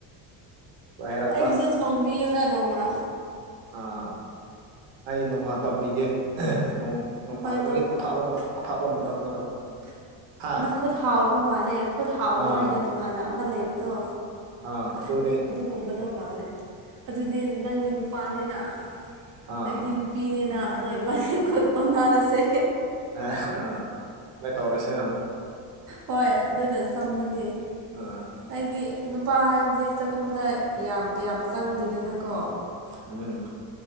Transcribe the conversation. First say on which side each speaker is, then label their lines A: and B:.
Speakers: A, on the right; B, on the right.
A: ꯍꯥꯏꯔꯛꯄ
B: ꯑꯩꯒꯤꯁꯨ ꯊꯣꯡꯕꯤꯌꯨꯅ ꯅꯣꯡꯃ
A: ꯑꯥ ꯑꯩ ꯅꯣꯡꯃ ꯇꯝꯕꯤꯒꯦ ꯅꯣꯡ ꯅꯣꯡꯃ
B: ꯍꯣꯏ
A: ꯅꯨꯃꯤꯠ
B: ꯇꯝ
A: ꯑꯐꯥꯕꯗ ꯑꯐꯥꯞꯕ ꯃꯇꯝꯗꯀꯣ ꯍꯥ
B: ꯅ ꯈꯨꯠ ꯍꯥꯎꯕ ꯃꯥꯜꯂꯦ ꯈꯨꯠ ꯍꯥꯎꯕ
A: ꯑꯥ
B: ꯍꯥꯏꯅ ꯇꯣꯉꯥꯟꯅ ꯑꯃ ꯂꯩꯕꯗꯣ
A: ꯑ ꯑꯗꯨꯗꯅꯦ
B: ꯀꯨꯝꯕꯗꯧ ꯃꯥꯜꯂꯦ ꯑꯗꯨꯗꯤ ꯅꯪꯗꯤ ꯅꯨꯄꯥꯅꯤꯅ
A: ꯑꯥ
B: ꯑꯩꯗꯤ ꯅꯨ ꯅꯨꯄꯤꯅꯤꯅ ꯑꯗꯣ ꯏꯕꯥꯅꯤ ꯈꯨꯠ ꯑꯣꯟꯅꯔꯁꯦ
A: ꯑꯦ ꯑꯥ ꯃꯣꯏ ꯇꯧꯔꯤꯁꯦ ꯑꯪ
B: ꯍꯣꯏ ꯑꯗꯨꯅ ꯁꯝꯕꯅꯤ
A: ꯑꯥ
B: ꯑꯩꯗꯤ ꯅꯨꯄꯥ ꯍꯥꯏꯕꯗꯤ ꯆꯥꯛꯈꯨꯝꯗ ꯌꯥꯝ ꯀꯌꯥꯝ ꯆꯪꯗꯦꯗꯅꯀꯣ
A: ꯎꯝ